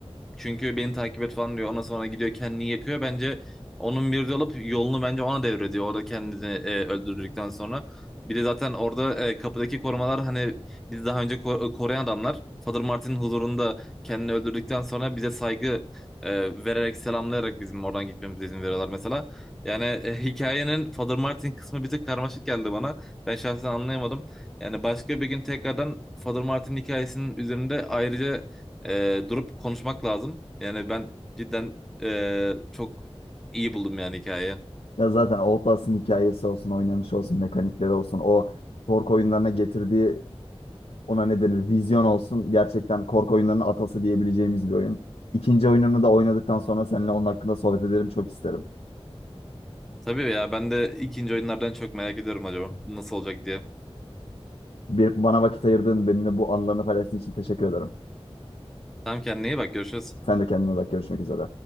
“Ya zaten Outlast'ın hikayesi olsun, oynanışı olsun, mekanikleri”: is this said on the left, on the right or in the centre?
Left